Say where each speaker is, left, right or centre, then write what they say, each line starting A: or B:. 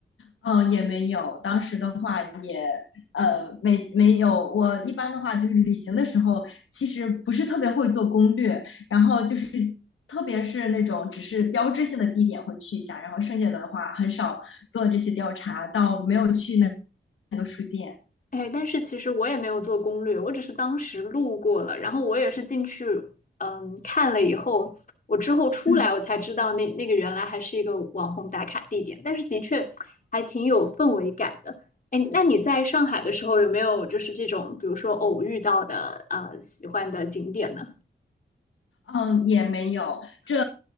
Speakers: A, on the left; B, on the left.
A: 嗯，也没有。当时的话也，呃，没没有。我一般的话就是旅行的时候，其实不是特别会做攻略，然后就是特别是那种只是标志性的地点会去一下，然后剩下的话很少做这些调查，到没有去那那个书店。
B: 哎，但是其实我也没有做攻略，我只是当时路过了，然后我也是进去，嗯，看了以后，我之后出来我才知道那那个原来还是一个网红打卡地点，
A: 嗯。
B: 但是的确还挺有氛围感的。哎，那你在上海的时候有没有就是这种，比如说偶遇到的呃喜欢的景点呢？
A: 嗯，也没有，这